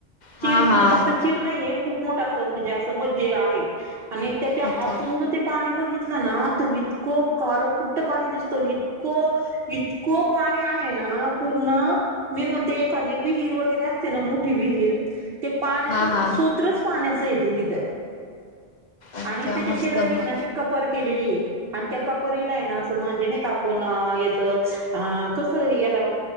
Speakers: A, on the right; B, on the left.
A: चिर
B: हा
A: म्हणजे
B: हा
A: फक्त चिर नाहीये, खूप मोठ अस म्हणजे असं मध्य आहे, आणि त्याच्या
B: अच्छा
A: आतून ते पाणी बघितलं ना, त इतकं काळ कुट्ट पाणी दिसत, आणि इतकं इतकं पाणी आहे ना पूर्ण मी म्हणते एखाद विहीर वगैरे असते ना, मोठी विहीर पाण्याच
B: हा हा
A: सूत्रच पाण्याच येते तिथ,
B: अच्छा
A: आणि त्याच्या
B: मस्त
A: त्याच्या शेजारी
B: मग
A: आहे न कपर केलेली आहे. आणि त्या कपरीला आहे ना, असं म्हणजे नाही का आपण याचं अ कसं याला